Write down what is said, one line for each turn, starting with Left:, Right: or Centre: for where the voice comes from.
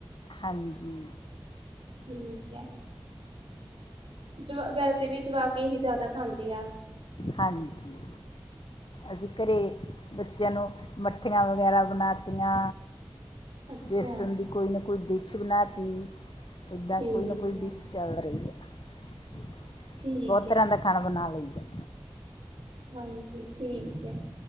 Left: ਹਾਂਜੀ।
Right: ਠੀਕ ਐ। ਜਵਾ ਵੈਸੇ ਵੀ ਜਵਾਕ ਇਹੀ ਜਾਦਾ ਖਾਂਦੇ ਆ।
Left: ਹਾਂਜੀ, ਅਸੀਂ ਘਰੇ। ਬੱਚਿਆਂ ਨੂੰ ਮੱਠੀਆਂ ਵਗੈਰਾ ਬਣਾਤੀਆ।
Right: ਅੱਛਾ
Left: ਵੇਸ਼ਨ ਦੀ ਕੋਈ ਨਾ ਕੋਈ ਡਿਸ਼ ਬਣਾ ਤੀ। ਜੀਦਾਂ
Right: ਠੀਕ
Left: ਕੋਈ ਨਾ ਕੋਈ
Right: ਹੈ
Left: ਡਿਸ ਚੱਲ ਰਹੀ ਐ
Right: ਠੀਕ
Left: ਬੋਤ
Right: ਹੈ
Left: ਤਰਾ ਦਾ ਖਾਣਾ ਬਣਾ ਲਈਦਾ।
Right: ਹਾਂਜੀ ਠੀਕ ਐ